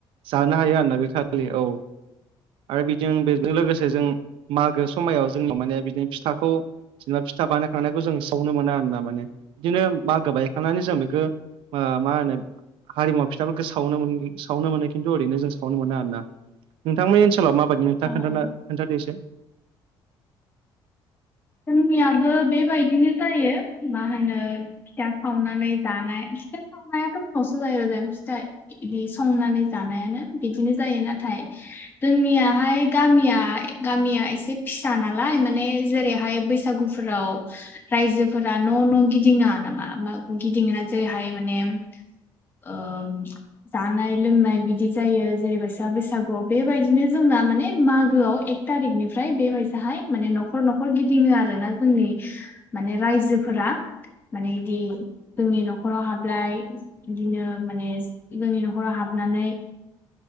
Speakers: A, on the right; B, on the left.
A: जानो हायो आरोना बे खालि औ आरो बिदि बेजों लोगोसे जों मागो समायाव जों माने बिदिनो फिथाखौ जेनेबा फिथा बानायखांनायखौ जों सावनो मोनो आर ना माने बिदिनो मा गोबाय थानानै जों बेखौ मा होनो हारिमु फिथाफोरखौ सावनो सावनो मोनो खिन्थु ओरैनो जों सावनो मोना आर ना नोंथांमोननि ओनसोलाव माबायदि नोंथाङा
B: अ
A: खथा
B: अ
A: खोनथादो एसे
B: जोंनियाबो बेबायदिनो जायो मा होनो फिथा सावनानै जानाय फिथा सावनायाथ' उनावसो जायो आरो ज फिथाइ बिदि संनानै जानायानो बिदिनो जायो नाथाय जोंनियाहाय गामिया गामिया एसे फिसा नालाय माने जेरै बेहाय बैसागुफोराव रायजोफोरा न' न' गिदिङा नामा गिदिङा जेरैहाय माने आ जानाय लोंनाय बिदि जायो जेरैबायसा बैसागु बेबायदिनो जोंना माने मागोआव थारिखनिफ्राय बेबायसाहाय माने न'खर न'खर गिदिङो आर ना जोंनि माने रायजोफोरा माने बिदि जोंनि न'खराव हाबलाय बिदिनो माने जोंनि न'खराव हाबनानै